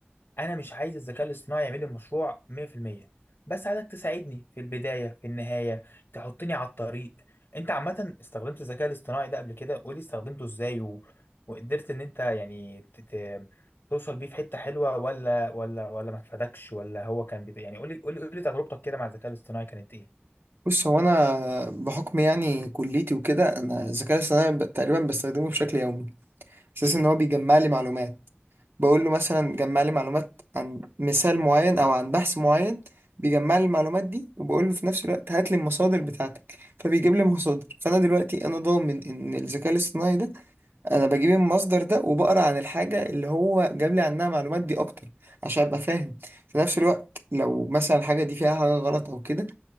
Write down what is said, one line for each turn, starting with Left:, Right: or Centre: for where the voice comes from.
Left: انا مش عايز الذكاء الاصطناعي يعمل لي مشروع 100% بس عايزك تساعدني في البدايه في النهايه تحطني على الطريق انت عامه استخدمت الذكاء الاصطناعي ده قبل كده قولي استخدمته ازاي و... وقدرت ان انت يعني ت... ت... توصل بيه في حته حلوه ولا ولا ولا ما فادكش ولا هو كان بت... يعني قولي قولي قولي تجربتك كده مع الذكاء الاصطناعي كانت ايه
Right: بص هو انا بحكم يعني كليتي وكده انا الذكاء الاصطناعي ب- تقريبا بستخدمه بشكل يومي اساس ان هو بيجمع لي معلومات بقول له مثلا جمع لي معلومات عن مثال معين او عن بحث معين بيجمع لي المعلومات دي وبقول له في نفس الوقت هات لي المصادر بتاعتك فبيجيب لي المصادر فانا دلوقتي انا ضامن ان الذكاء الاصطناعي ده انا بجيب المصدر ده وبقرا عن الحاجه اللي هو جاب لي عنها معلومات دي اكتر عشان ابقى فاهم في نفس الوقت لو مثلا الحاجه دي فيها حاجه غلط او كده